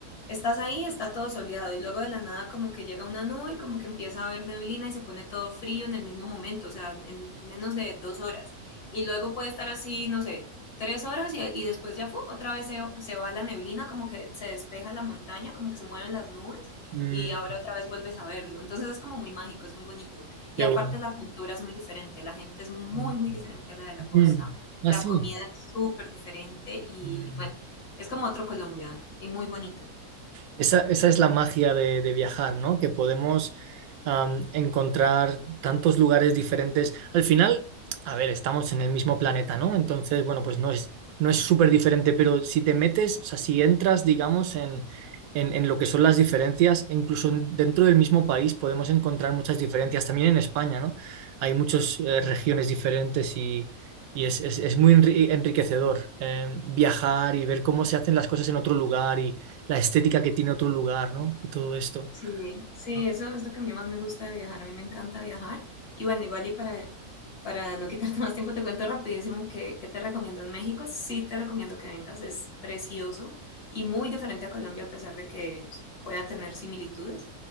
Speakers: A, on the left; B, on the right.
A: Estás ahí, está todo soleado y luego de la nada como que llega una nube y como que empieza a haber neblina y se pone todo frío en el mismo momento, o sea, en menos de dos horas. Y luego puede estar así, no sé, tres horas y, y después ya fue, otra vez se, se va la neblina, como que se despeja la montaña, como que se mueven las nubes
B: mm,
A: y ahora otra vez vuelves a verlo. Entonces es como muy mágico, es muy bonito. Y
B: qué
A: aparte
B: bueno.
A: la cultura es muy diferente, la gente es muy,
B: Mm,
A: muy diferente a la de la costa,
B: mm. Ah,
A: la
B: sí.
A: comida es súper diferente y
B: Mm.
A: bueno, es como otro Colombia y muy bonito.
B: Esa, esa es la magia de, de viajar, ¿no? Que podemos am, encontrar tantos lugares diferentes. Al final, a ver, estamos en el mismo planeta, ¿no? Entonces, bueno, pues no es, no es súper diferente, pero si te metes, o sea, si entras, digamos, en, en, en lo que son las diferencias, incluso en- dentro del mismo país podemos encontrar muchas diferencias. También en España, ¿no? Hay muchas eh, regiones diferentes y... Y es, es- es muy enri- enriquecedor eh, viajar y ver cómo se hacen las cosas en otro lugar y, la estética que tiene otro lugar, ¿no? Y todo esto.
A: Sí, sí,
B: ¿no?
A: eso es lo que a mí más me gusta de viajar. A mí me encanta viajar. Y bueno, igual y para, para no quitarte más tiempo, te cuento rapidísimo que, que te recomiendo en México. Sí te recomiendo que vengas, es precioso y muy diferente a Colombia a pesar de que pueda tener similitudes.